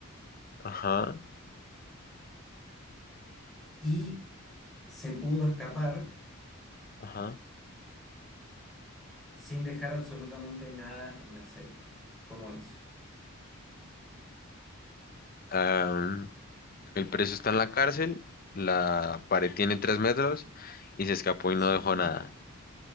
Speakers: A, on the left; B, in the centre.
A: Ajá,
B: y se pudo escapar
A: ajá.
B: sin dejar absolutamente nada en la celda. ¿Cómo hizo?
A: Am, el preso está en la cárcel. La pared tiene tres metros y se escapó y
B: Sí,
A: no dejó nada.